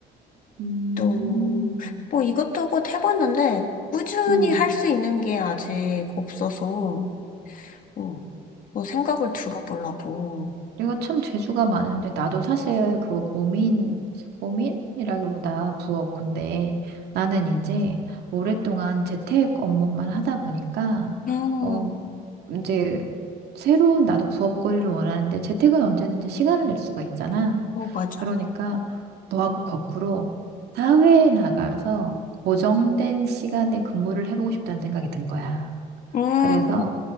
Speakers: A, on the right; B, on the left.
A: 음.
B: 또, 뭐 이것저것 해봤는데, 꾸준히
A: 음.
B: 할 수 있는 게 아직 없어서, 어, 또 생각을 들어보려고.
A: 이거 참 재주가 많은데 나도 사실 그거 고민 고민이라기보다 부업 근데 나는 이제 오랫동안 재택 업무만 하다 보니까
B: 음,
A: 어 이제 새로운 나도 부업거리를 원하는데 재택은 언제든지 시간을 낼 수가 있잖아.
B: 어, 맞아.
A: 그러니까 너하고 거꾸로 사회에 나가서 고정된 시간에 근무를 해보고 싶다는 생각이 든 거야.
B: 음,
A: 그래서,